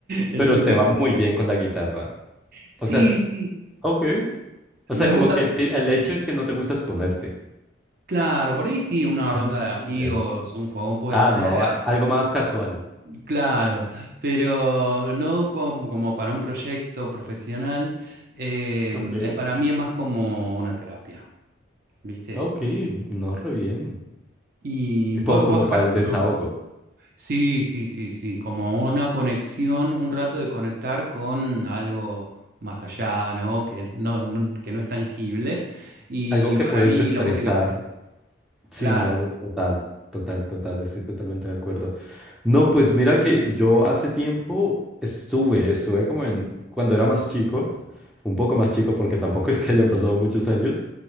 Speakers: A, on the right; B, in the centre.
A: Entonces...
B: pero te va muy bien con la guitarra.
A: Sí,
B: O sea, es...
A: sí,
B: Ok. O
A: me
B: sea,
A: gusta,
B: como que pi- el hecho es que no te gusta exponerte.
A: claro, por ahí sí, una ronda
B: Mm,
A: de amigos,
B: ya.
A: un fogón puede
B: Ah,
A: ser,
B: no, a- algo más casual.
A: claro, pero no como, como para un proyecto profesional, eh,
B: Ok.
A: es- para mí es más como una terapia, ¿viste?
B: Ok, no, re bien.
A: ¿Y
B: Tipo
A: vos,
B: como
A: vos tocás?
B: para el desahogo.
A: ¿no? Sí, sí, sí, sí, como una conexión, un rato de conectar con algo más allá, ¿no? Que no, no- que no es tangible, y
B: Algo que
A: para
B: puedes
A: mí
B: expresar.
A: la música es eso,
B: Sí,
A: claro.
B: no, total, total, total, estoy totalmente de acuerdo. No, pues mira que yo hace tiempo estuve, estuve como en, cuando era más chico, un poco más chico porque tampoco <laughs> es que hayan pasado muchos años,